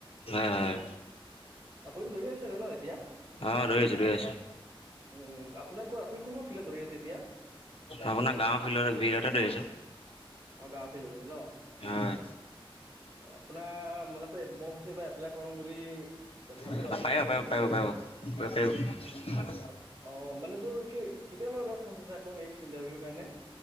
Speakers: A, on the left (about 80°); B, on the right (about 55°).
A: হয় - হয়
B: আপুনি দৌৰি আছে গৈ ন এতিয়া?
A: অ', দৌৰি আছোঁ দৈ আছোঁ।
B: উম আপোনাৰ ক আপুনি কোনখন ফিল্ডত দৌৰি আছে এতিয়া?
A: আপোনাৰ গাঁৱৰ ফিল্ডতে বিৰাতে দৌৰিছো
B: অঁ গাঁৱৰ ফিল্ডতে ন
A: হয়
B: অ আপোনাৰ মানে ত মই কৈছো এপ্লাই কৰম বুলি তে ভাবিলো
A: পাৰিব
B: আপোনাক সুধো
A: পাৰিব
B: ফোন
A: পাৰিব
B: এটা
A: পাৰিব পাৰিব
B: কৰি
A: <unintelligible>
B: অপ অ মানে তোৰ কি কেতিয়ানো এটা চাঞ্চ আছে আকৌ নেক্সট ইণ্টাৰভিউৰ কাৰণে